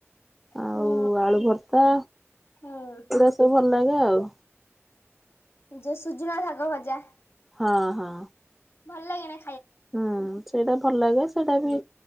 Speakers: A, in the centre; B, on the left (about 55°).
A: ଆଉ
B: ହୁଁ
A: ଆଳୁ ଭର୍ତ୍ତା
B: ହୁଁ
A: ଏଗୁଡା ସବୁ ଭଲ ଲାଗେ ଆଉ
B: ଯଉ ସୁଜନା ସାଗ ଭଜା
A: ହଁ ହଁ
B: ଭଲ ଲାଗେ ନା
A: ହୁଁ ସେଇଟା ଭଲ ଲାଗେ ସେଇଟା ବି